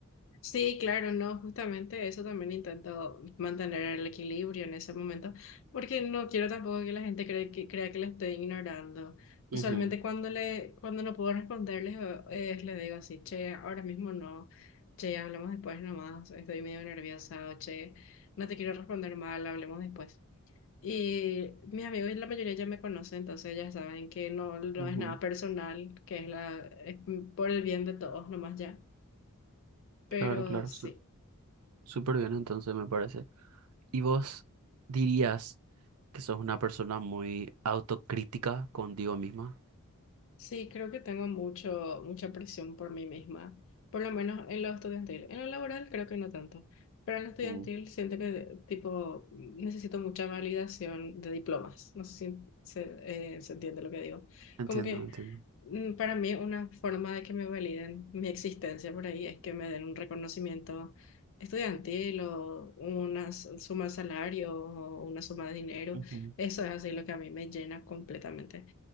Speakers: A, on the left; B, on the right.
A: Sí, claro, no, justamente eso también intento mantener el equilibrio en ese momento, porque no quiero tampoco que la gente cree que, crea que le estoy ignorando.
B: Ujú,
A: Usualmente cuando le, cuando no puedo responderles, eh, les digo así, che, ahora mismo no, che, hablamos después nomás, estoy medio nerviosa, o che, no te quiero responder mal, hablemos después. Y mis amigos, la mayoría ya me conocen, entonces ya saben que no, no
B: ujú.
A: es nada personal, que es la, es por el bien de todos nomás ya. Pero
B: Claro, claro,
A: sí.
B: su- súper bien entonces me parece. ¿Y vos dirías que sos una persona muy autocrítica contigo misma?
A: Sí, creo que tengo mucho, mucha presión por mí misma, por lo menos en lo estudiantil. En lo laboral creo que no tanto, pero en lo estudiantil
B: Mm,
A: siento que tipo necesito mucha validación de diplomas. No sé si se, eh, se entiende lo que digo.
B: Entiendo,
A: Como que
B: entiendo.
A: mm, para mí una forma de que me validen mi existencia por ahí es que me den un reconocimiento estudiantil o una s- suma de salario o una suma de dinero.
B: ujú,
A: Eso es así lo que a mí me llena completamente.